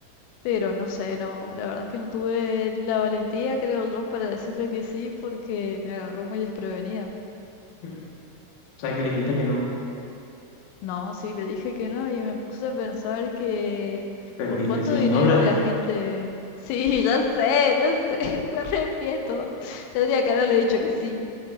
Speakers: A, on the left (about 85°); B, on the left (about 65°).
A: Pero no sé, no, la verdad es que no tuve la valentía, creo yo, para decirle que sí, porque me agarró muy desprevenida.
B: mm. O sea que le dijiste que no.
A: No, sí, le dije que no y me puse a pensar que
B: Perdiste
A: por cuánto
B: 100
A: dinero
B: dólares.
A: la gente... <laughs> Sí, ya sé, ya sé, <laughs> me arrepiento. Tendría que haberle dicho que sí.